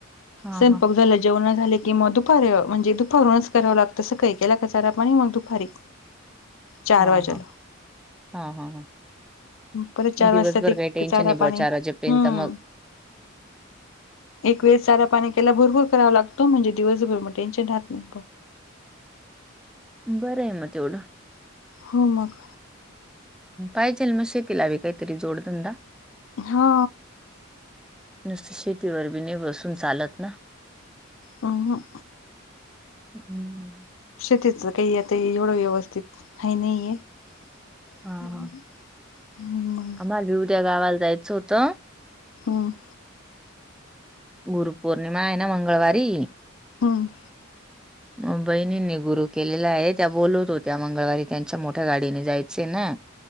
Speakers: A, in the centre; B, on the left.
A: हा
B: स्वयंपाक
A: हा
B: झालं जेवन झाले. कि मग दुपारी म्हणजे दुपारूनच करावं लागतं सकाळी केला का चारा, पाणी मग दुपारी चार
A: हा
B: वाजेला
A: हा हा हा
B: परत चार
A: दिवसभर
B: वाजता ते
A: काही टेन्शन
B: चारा
A: नाय बुवा
B: पाणी
A: चार वाजेपर्यंत
B: हम्म
A: मग
B: एक वेळेस चारा पाणी केला भरपूर करावा लागतो म्हणजे दिवसभर मग टेन्शन राहत नाही
A: बरं आहे मग तेवढं
B: हो मग
A: पाहिजेल मग शेतीलाबी काहीतरी जोडधंदा
B: हा
A: नुसतं शेतीवर बी नाही बसून चालत ना
B: नह
A: हम्मम
B: शेतीच काही येतंय एवढं व्यवस्थित हाय नाहीये <unintelligible>
A: हा हा. <unintelligible> उद्या गावाला जायचं होतं
B: हम
A: गुरु पौर्णिमा हाय ना मंगळवारी
B: हम
A: मग बहिणींनी गुरु केलेला आहे त्या बोलवत होत्या मंगळवारी त्यांच्या मोठ्या गाडीने जायचे ना